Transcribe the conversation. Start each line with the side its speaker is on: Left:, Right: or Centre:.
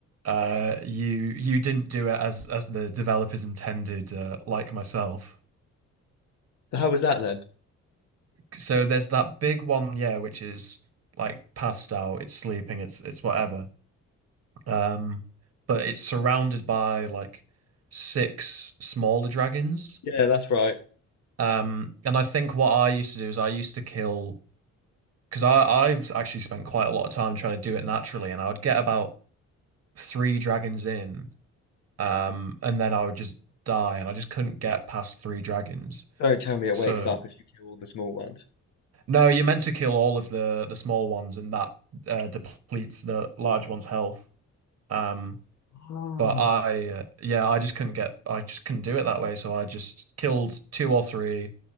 Right: uh you you didn't do it as as the developers intended uh, like myself
Left: So how was that then?
Right: so there's that big one yeah which is like passed out it's sleeping it's it's whatever um but it's surrounded by like six smaller dragons
Left: Yeah, that's right.
Right: um and I think what I used to do is I used to kill because I I actually spent quite a lot of time trying to do it naturally and I would get about three dragons in Um, and then I would just die, and I just couldn't get past three dragons.
Left: Don't tell me it
Right: So
Left: wakes up if you kill all the small ones.
Right: no, you're meant to kill all of the the small ones, and that uh, depletes the large one's health. Um,
Left: Oh.
Right: but I, uh, yeah, I just couldn't get, I just couldn't do it that way. So I just killed two or three,